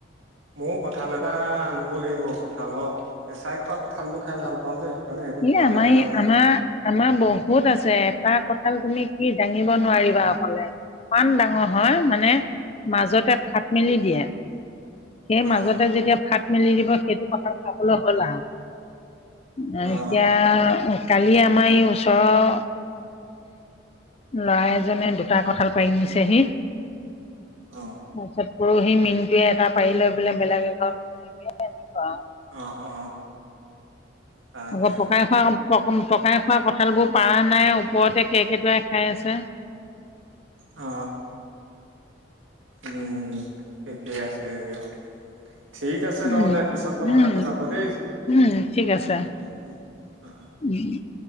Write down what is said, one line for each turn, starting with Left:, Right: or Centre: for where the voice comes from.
Right: মইও কঠাল এটা আনিব লাগিব কঠালৰ কেঁচাই খোৱা কঁঠালটো খাই ভাল পা যে সেইটো কাৰণে সেইটো
Left: ই
Right: পোৱা
Left: আমাৰ
Right: নাই কাৰণে অনা
Left: আমাৰ
Right: নাই
Left: আমাৰ বহুত আছে এটা কঁঠাল তুমি কি দাঙিব নোৱাৰিবা অকলে। ইমান ডাঙৰ হয় মানে মাজতে ফাট মেলি দিয়ে। সেই
Right: অ
Left: মাজতে যেতিয়া ফাত মেলি দিব সেইটো কঁঠাল খাবলৈ হ'ল আৰু।
Right: অ
Left: এতিয়া কালি আমাৰ এই ওচৰৰ ল'ৰা এজনে দুটা কঁঠাল পাৰি নিছেহি তাৰপিছত
Right: অ
Left: পৰহি মিনটয়ে এটা পাৰি লৈ পেলাই বেলেগ <unintelligible>
Right: অ অ। তাকে
Left: আকৌ পকাই খোৱা, প-পকাই খোৱা কঁঠালবোৰ পৰা নাই ওপৰতে কেকেইটোৱাই খাই আছে।
Right: অ। উম ঠিকে আছে দিয়ক। ঠিক আছে
Left: উম
Right: নহ'লে পিছত কথা
Left: উম
Right: পাতিম আকৌ দেই।
Left: উম ঠিক আছে
Right: উম উম উম অ অ
Left: <inaudible>